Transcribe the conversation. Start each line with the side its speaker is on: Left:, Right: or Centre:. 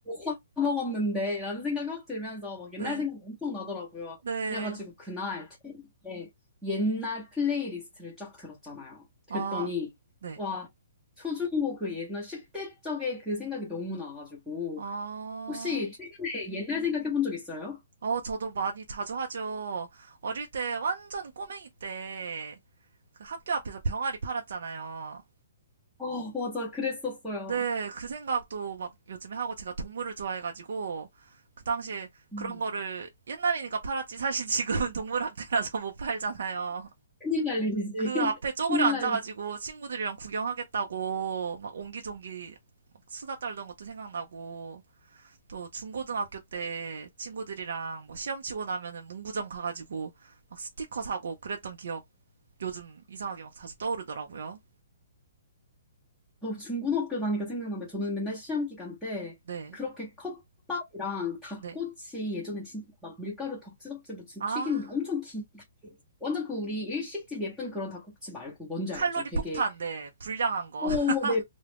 Centre: 사 먹었는데 라는 생각이 확 들면서 막 옛날
Right: 네,
Centre: 생각이 엄청 나더라고요.
Right: 네.
Centre: 그래가지고 그날 퇴근에 옛날 플레이리스트를 쫙 들었잖아요. 그랬더니
Right: 아, 네.
Centre: 와 초중고 그 옛날 10대 적의 그 생각이 너무 나가지고
Right: 아,
Centre: 혹시 최근에 옛날 생각해 본 적 있어요?
Right: 어, 저도 많이 자주 하죠. 어릴 때, 완전 꼬맹이 때, 그 학교 앞에서 병아리 팔았잖아요.
Centre: 어 맞아 그랬었어요.
Right: 네, 그 생각도 막 요즘에 하고 제가 동물을 좋아해가지고, 그 당시에
Centre: 음,
Right: 그런 거를 옛날이니까 팔았지. 사실 <laughs> 지금은 동물학대라서 못 팔잖아요.
Centre: 큰일 날 일이지.
Right: 그 앞에
Centre: <laughs>
Right: 쪼그려
Centre: 큰일
Right: 앉아가지고
Centre: 날
Right: 친구들이랑 구경하겠다고 막 옹기종기 막 수다 떨던 것도 생각나고 또 중고등학교 때 친구들이랑 뭐 시험 치고 나면은 문구점 가가지고 막 스티커 사고 그랬던 기억 요즘 이상하게 막 자주 떠오르더라고요.
Centre: 저 중고등학교 다니까 생각나는데 저는 맨날 시험 기간 때
Right: 네,
Centre: 그렇게 컵밥이랑 닭꼬치
Right: 네.
Centre: 예전에 진짜 막 밀가루 덕지덕지 묻힌
Right: 아,
Centre: 튀긴 엄청 긴 닭- 완전 그 우리 일식집 예쁜 그런 닭꼬치 말고 뭔지
Right: 칼로리
Centre: 알죠? 되게
Right: 폭탄, 네. 불량한 거.
Centre: 오,
Right: <laughs>
Centre: 네.